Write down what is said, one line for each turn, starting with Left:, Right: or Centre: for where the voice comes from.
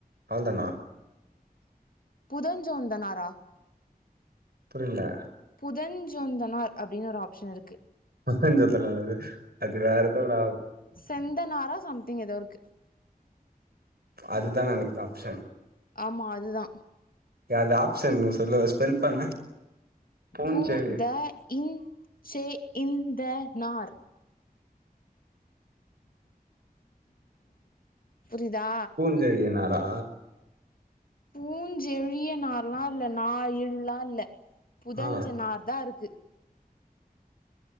Right: அவ்ள் தானா
Left: புதைஞ்சோ அந்தனாரா
Right: புரிய்ல
Left: புதஞ்சோந்தனார் அப்டின் ஒரு ஆப்ஷன் இருக்கு
Right: புதஞ்சோந்தனால்லது அது வேற ஒருத்தரோட ஆள்
Left: செந்தநாரா சம்திங் ஏதோருக்கு
Right: அதுதா நெனக்ர ஆப்ஷன்
Left: ஆமா அதுதா
Right: ஏ அது ஆப்ஷன் இன்ன சொல்லு ஸ்பெல் பண்ணு பூஞ்செ
Left: பு த ன் சே ந் த நார் புரிதா
Right: து அய்யனாரா
Left: பூஞ்செழிய நார்லா இல்ல நாழ்லா இல்ல புதஞ்ச
Right: ஆ
Left: நார் தா இருக்கு